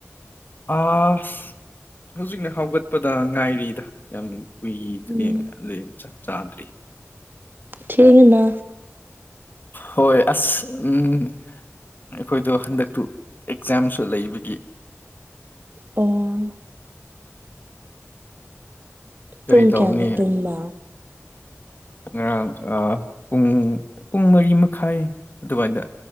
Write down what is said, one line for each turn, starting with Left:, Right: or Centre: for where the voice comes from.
Left: ꯑꯁ ꯍꯧꯖꯤꯛꯅ ꯍꯧꯒꯠꯄꯗ ꯉꯥꯏꯔꯤꯗ ꯌꯥꯝ ꯀꯨꯏꯗ꯭ꯔꯤꯅ
Right: ꯎꯝ
Left: ꯑꯗꯨꯏ ꯆꯥꯛ ꯆꯥꯗ꯭ꯔꯤ
Right: ꯊꯦꯡꯉꯦꯅ
Left: ꯍꯣꯏ ꯑꯁ ꯎꯝ ꯑꯈꯣꯏꯗꯣ ꯍꯟꯗꯛꯇꯨ ꯑꯦꯛꯖꯥꯝꯁꯨ ꯂꯩꯕꯒꯤ
Right: ꯑꯣ
Left: ꯀꯔꯤ
Right: ꯄꯨꯡ
Left: ꯇꯧꯅꯤ
Right: ꯀꯌꯥꯗ ꯇꯨꯝꯕ
Left: ꯉꯔꯥꯡ ꯑꯥ ꯄꯨꯡ ꯄꯨꯡ ꯃꯔꯤ ꯃꯈꯥꯏ ꯑꯗꯨꯋꯥꯏꯗ